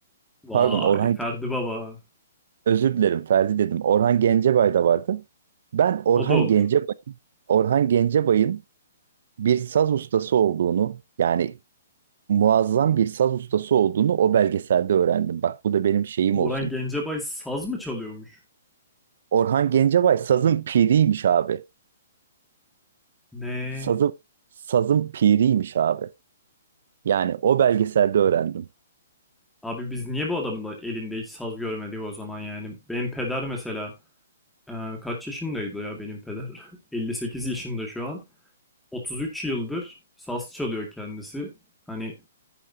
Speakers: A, in the centre; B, on the right.
A: Vay
B: pardon Orhan
A: Ferdi Baba.
B: özür dilerim Ferdi dedim. Orhan Gencebay da vardı. Ben Orhan
A: O da olur.
B: Gencebay Orhan Gencebay'ın bir saz ustası olduğunu yani muazzam bir saz ustası olduğunu o belgeselde öğrendim. Bak bu da benim şeyim
A: Orhan
B: olsun.
A: Gencebay saz mı çalıyormuş?
B: Orhan Gencebay sazın piriymiş abi.
A: Ne?
B: Sazın, sazın piriymiş abi. Yani o belgeselde öğrendim.
A: Abi biz niye bu adamın da elinde hiç saz görmedik o zaman yani? Benim peder mesela e, kaç yaşındaydı ya benim peder? <laughs> 58 yaşında şu an. 33 yıldır saz çalıyor kendisi. Hani